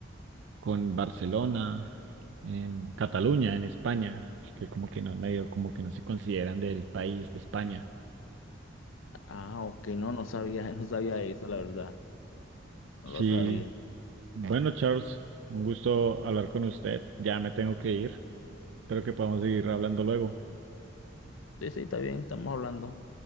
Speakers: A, on the right (about 65°); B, on the left (about 85°).
A: con Barcelona, en Cataluña, en España, que como que no, medio como que no se consideran del país de España.
B: Ah, ok, no, no sabía, <laughs> no sabía eso, la verdad, no
A: Sí,
B: lo sabía.
A: bueno, Charles, un gusto hablar con usted. Ya me tengo que ir. Espero que podamos seguir hablando luego.
B: Sí, sí, está bien, estamos hablando.